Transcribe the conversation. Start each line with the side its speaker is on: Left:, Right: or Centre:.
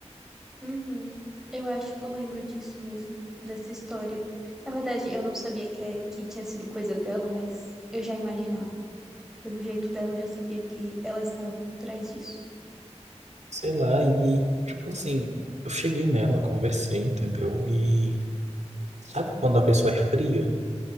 Centre: Uhum. Eu acho que eu lembro disso mesmo, dessa história. Na verdade, eu não sabia que, é- que tinha sido coisa dela, mas eu já imaginava. Pelo jeito dela, eu já sabia que ela estava por trás disso.
Right: Sei lá, e, tipo assim, eu cheguei nela, conversei, entendeu? E sabe quando a pessoa é fria?